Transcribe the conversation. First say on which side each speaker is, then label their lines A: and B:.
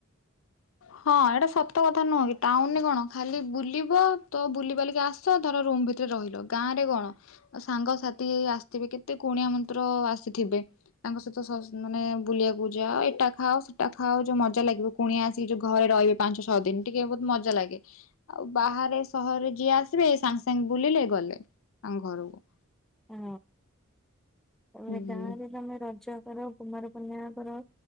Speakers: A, in the centre; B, on the left.
A: ହ
B: ହଁ ଏଇଟା ସତ କଥା ନୁହଁ କି ତାଉନ କଣ ଖାଲି ବୁଲିବ ତ ବୁଲି ବାଲିକି ଆସ ସ ଧର ରୁମ୍ ଭିତରେ ରହିଲ ଗାଁ ରେ କଣ ସାଙ୍ଗସାଥି ଆସିଥିବେ କେତେ କୁଣିଆ ମନ୍ତ୍ର ଆସିଥିବେ। ତାଙ୍କ ସହିତ ସ ମାନେ ବୁଲିବାକୁ ଯାଅ ଏଟା ଖାଅ ସେଟା ଖାଅ ଯୋ ମଜା ଲାଗିବ। କୁଣିଆ ଆସି ଯୋଉ ଘରେ ରହିବେ ପାଞ୍ଚ ଛଅ ଦିନ ଟିକେ ବହୁତ ମଜା ଲାଗେ। ଆଉ ବାହାରେ ସହରରେ ଯିଏ ଆସିବେ ସାଙ୍ଗେ ସାଙ୍ଗେ ବୁଲିଲେ ଗଲେ ତାଙ୍କ ଘରକୁ।
A: ହଁ ତା ହେଲେ
B: ହୁଁ
A: ଗାଁ ରେ ତମେ ରଜ କର କୁମାର ପୂର୍ଣ୍ଣିମା କର।